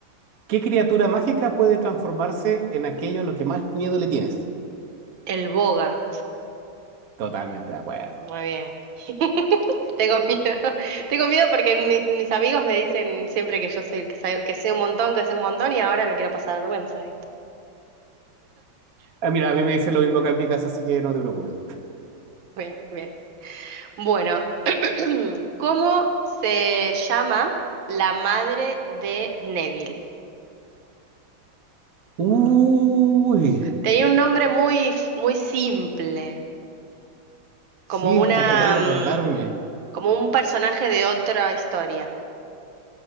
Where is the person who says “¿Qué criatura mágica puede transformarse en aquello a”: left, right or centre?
Right